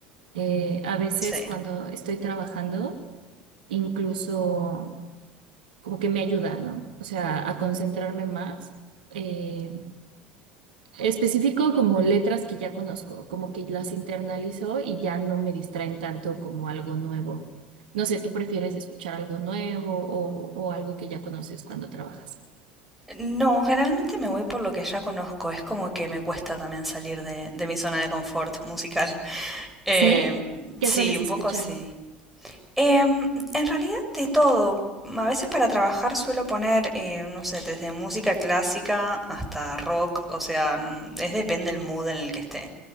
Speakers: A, on the right; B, in the centre.
A: Eh, a veces
B: Sí.
A: cuando estoy trabajando, incluso como que me ayuda, ¿no? O sea, a concentrarme más. Eh, específico como letras que ya conozco, como que las internalizo y ya no me distraen tanto como algo nuevo. No sé, ¿tú prefieres escuchar algo nuevo o, o algo que ya conoces cuando trabajas?
B: No, generalmente me voy por lo que ya conozco. Es como que me cuesta también salir de, de mi zona de confort musical. <laughs> Em,
A: ¿Sí? ¿Qué
B: sí,
A: sueles
B: un
A: escuchar?
B: poco sí. Em, en realidad de todo. A veces para trabajar suelo poner, eh, no sé, desde música clásica hasta rock. O sea, n- es depende del mood en el que esté,